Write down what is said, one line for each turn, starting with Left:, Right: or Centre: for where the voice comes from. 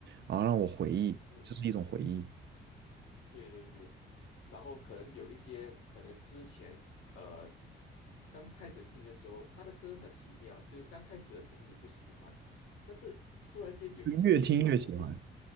Right: 然后让我回忆，
Left: 嗯，
Right: 就是一种回忆，
Left: 对对对。然后可能有一些，可能之前呃刚开始听的时候，他的歌很奇妙，就是刚开始听你不喜欢，但是忽然间有一天你会发现，
Right: 就越听越喜欢。
Left: 诶，